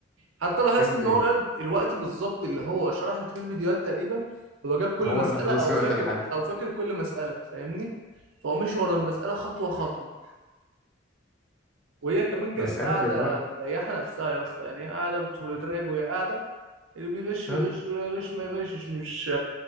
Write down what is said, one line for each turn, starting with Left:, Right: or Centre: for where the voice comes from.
Right: حتى لاحظت
Centre: بجد
Right: ان هو قد- الوقت بالظبط اللي هو شرحت فيه الفيديوهات تقريبا هو جاب كل
Centre: هو
Right: مسألة
Centre: اللي خلص
Right: او
Centre: في
Right: فاكر
Centre: وقت الحل
Right: او فاكر كل مسألة فاهمني فهو مش ورا المسألة خطوة خطوة وهي كمان كانت
Centre: بس يعني
Right: قاعدة
Centre: في الوقت
Right: مريحة نفسها يا اسطى يعني هي قاعدة بتراقب وهي قاعدة اللي بيغش يغش
Centre: اه
Right: ولا يغش ما يغشش مش